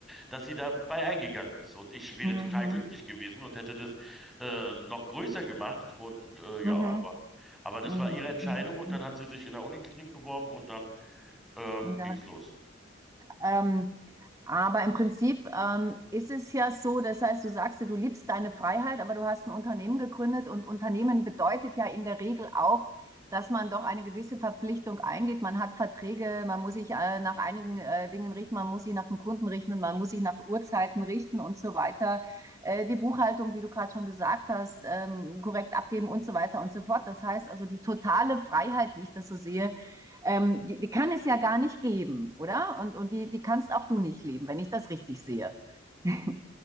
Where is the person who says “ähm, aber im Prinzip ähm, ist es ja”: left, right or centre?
Right